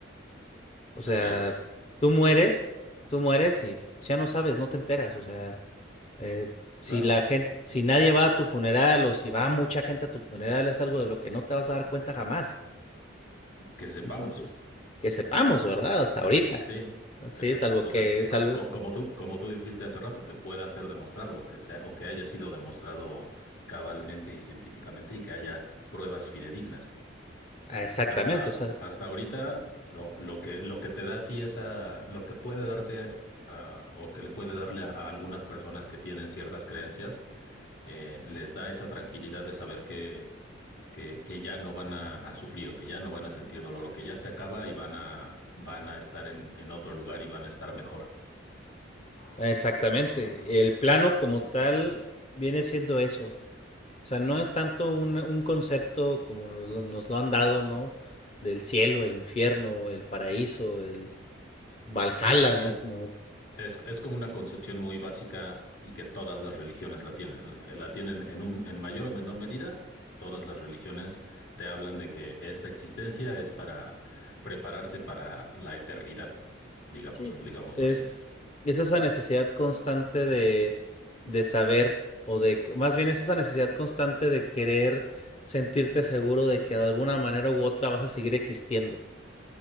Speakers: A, on the left; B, on the left.
A: O sea,
B: así es.
A: tú mueres, tú mueres y pues, ya no sabes, no te enteras. O sea, eh, si
B: Claro,
A: la gente, si nadie va a tu funeral o si va mucha gente a tu funeral, es algo de lo que no te vas a dar cuenta jamás.
B: que sepamos,
A: Entonces, que sepamos, ¿verdad? Hasta ahorita.
B: sí,
A: Sí,
B: exacto.
A: salvo
B: O
A: que,
B: sea,
A: salvo,
B: co- co- como tú, como tú dijiste hace rato, que pueda ser demostrado, que sea, o que haya sido demostrado cabalmente y científicamente y que haya pruebas fidedignas.
A: Ah, Exactamente,
B: Hasta,
A: o sea,
B: hasta ahorita, lo, lo que, lo que te da a ti esa, lo que puede darte, ah, o que le puede darle a a algunas personas que tienen ciertas creencias eh, les da esa tranquilidad de saber que, que, que ya no van a, a sufrir o que ya no van a sentir dolor o que ya se acaba y van a, van a estar en, en otro lugar y van a estar mejor.
A: exactamente. El plano como tal viene siendo eso. O sea, no es tanto un, un concepto como lo- nos lo han dado, ¿no? Del cielo, el infierno, el paraíso, el Valhalla,
B: Y
A: ¿no?
B: es,
A: Como,
B: es, es como una concepción muy básica y que todas las religiones la tienen. La tienen en un, en mayor o menor medida. Todas las religiones te hablan de que esta existencia es para prepararte para la eternidad, digamos,
A: sí, pues
B: digámoslo
A: es,
B: así.
A: es esa necesidad constante de, de saber, o de, más bien es esa necesidad constante de querer sentirte seguro de que de alguna manera u otra vas a seguir existiendo,